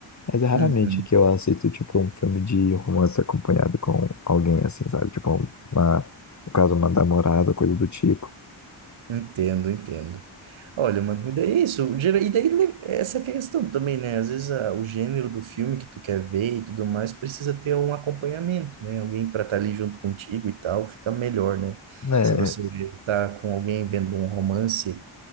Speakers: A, on the left; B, on the right.
A: Mas é raramente
B: Uhum,
A: que eu assisto, tipo, um filme de romance acompanhado com alguém, assim, sabe? Tipo, uma, no caso, uma namorada, coisa do tipo.
B: entendo, entendo. Olha, mano, e daí é isso, gera- e daí le- essa é a questão também, né? Às vezes a- o gênero do filme que tu quer ver e tudo mais precisa ter um acompanhamento, né? Alguém para estar ali junto contigo e tal, fica melhor, né?
A: Né?
B: Se você tá com alguém vendo um romance